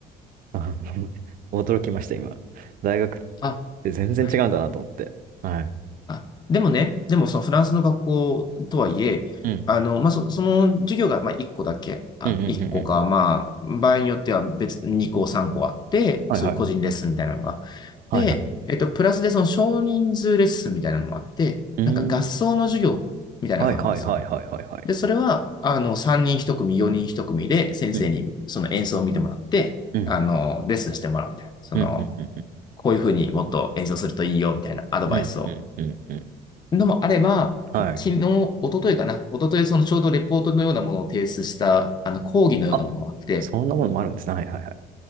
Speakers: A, on the right; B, on the left.
A: あの <laughs>、驚きました、今。大学っ
B: あ、
A: て全然違うんだなと思って。
B: はい。
A: はい。
B: あ、でもね、でもそのフランスの学校とはいえ、
A: うん。
B: あの、まあ、そ、その授業が、まあ、1個だけ、あ、
A: うんうんうんうん。
B: 1個か、まあ、場合によっては別に2個、3個あって、
A: はいはい。
B: そういう個人レッスンみたいなのが。で、
A: はいはい。
B: えっと、プラスでその少人数レッスンみたいなのもあって、
A: うーん。
B: なんか合奏の授業みたいなのがあるんですよ。
A: はいはいはいはいはいはい。
B: で、それは、あの、3人1組、4人1組で先生にその演奏を見てもらって、
A: うん。うん。
B: あの、レッスンしてもらうみたいな。その、
A: うんうんうん。
B: こういうふうにもっと演奏するといいよ、みたいなアドバイスを。
A: うん、うん、うん、うん。
B: のもあれば、
A: はい。
B: 昨日、一昨日かな。一昨日、そのちょうどレポートのようなものを提出した、あの、講義のようなものがあって、
A: あ、そんなものもあるんですね。はい、はい、はい。